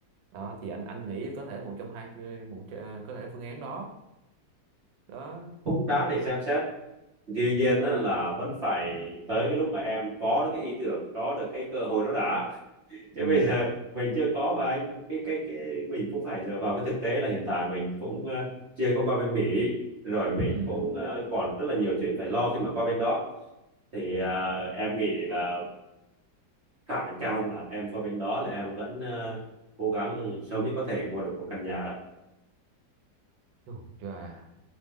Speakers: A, on the right; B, on the right.
A: đó thì anh anh nghĩ có thể một trong hai một tr- có thể phương án đó đó
B: cũng đáng để xem xét tuy nhiên á, là vẫn phải tới cái lúc mà em có được cái ý tưởng có được cái cơ hội đó đã <laughs>
A: ừ
B: chứ bây giờ mình chưa có mà anh cái cái cái mình cũng phải dựa vào cái thực tế là hiện tại mình cũng ờ, chưa có qua bên Mỹ rồi mình
A: ừ
B: cũng ờ, còn rất là nhiều chuyện phải lo khi mà qua bên đó thì à, em nghĩ là khả năng cao là em qua bên đó là em vẫn à, cố gắng sớm nhất có thể mua được một căn nhà đó
A: Chù, chà